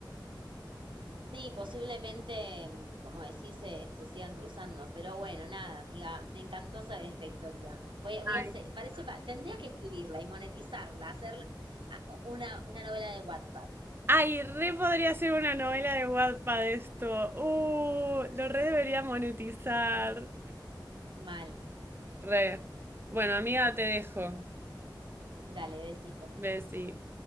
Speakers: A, on the right; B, on the right.
A: Sí, posiblemente, mm, como decís, se, se sigan cruzando. Pero bueno, nada, amiga, me encantó saber esta historia. Voy, a- voy
B: Ay.
A: a hacer, parece, pa- tendría que escribirla y monetizarla, hacer ah, una, una novela de Wattpad.
B: Ay, re podría ser una novela de Wattpad esto. Uh, lo re debería monetizar.
A: Mal.
B: Re. Bueno, amiga, te dejo.
A: Dale, besito.
B: Bessie.